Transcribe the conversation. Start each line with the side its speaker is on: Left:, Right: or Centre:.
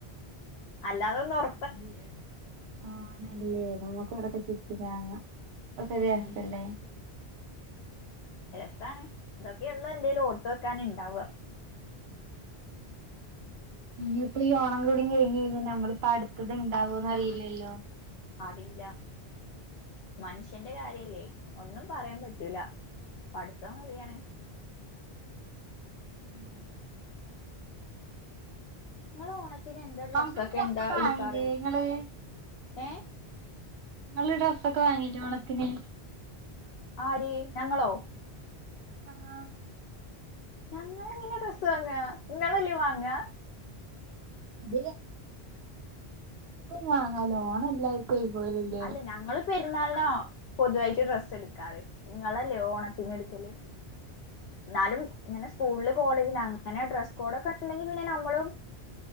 Left: അല്ലാതൊന്നും ഒർ
Right: ആഹ് നിയൾ ആണല്ലേ. നമ്മക്കു ഇവടൊക്കെ ചുറ്റി ക്കറങ്ങാ ഒക്കൊര് രസ്സല്ലേ.
Left: ഉം രസാണ്. ഇതൊക്കെയൊള്ളു എന്തെലും ഓർത്ത് വെക്കാന് ണ്ടാവാ.
Right: ഇനി ഇപ്ളീ ഓണം കൂടി കഴിഞ്ഞ് കയ്ഞ്ഞാ നമ്മളിപ്പടുത്തത് ഇണ്ടാവോന്ന് അറീല്ലല്ലോ.
Left: അറീല്ല. മനുഷ്യന്റെ കാര്യല്ലേ ഒന്നും പറയാൻ പറ്റൂല. പഠിത്തം കഴിയാണ്.
Right: ഊം
Left: ഇങ്ങള് ഓണത്തിന് എന്താ ഡ്രസ്സൊക്കെ
Right: ഓണത്തിന്
Left: എന്താ ഇട്ക്കാറ്
Right: വാങ്ങില്ലേ ഇങ്ങള്
Left: ഏഹ്
Right: ങ്ങള് ഡ്രസ്സൊക്കെ വാങ്ങീറ്റേ ഓണത്തിന്
Left: ആര് ഞങ്ങളോ
Right: ആഹ്
Left: ഞങ്ങളങ്ങനെ ഡ്രസ്സ് വാങ്ങാ നിങ്ങളല്ലേവാങ്ങ
Right: <unintelligible> വാങ്ങാലോ ഓണല്ലാരി ക്ക് ഒര്പോലല്ലേ
Left: അല്ല ഞങ്ങള് പെരുന്നാൾനാ പൊതുവായിട്ട് ഡ്രസ്സെടുക്കാറ് നിങ്ങളല്ലേ ഓണത്തിന് എടുക്കല് എന്നാലും ഇങ്ങനെ സ്കൂള് കോളേജിന്നങ്ങനെ ഡ്രെസ്സകോഡൊക്കെണ്ടങ്കില് പിന്നെ നമ്മളു